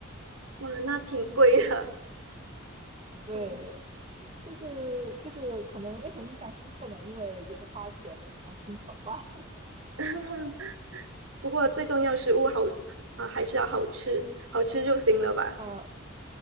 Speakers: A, on the right; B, on the right.
A: 哇，那挺贵的。
B: 对，
A: <laughs>
B: 就是就是可能为什么印象深刻呢？因为就是花钱然后心疼吧。
A: 嗯不过最重要食物好啊，还是要好吃，好吃就行了吧。
B: <laughs> 呃，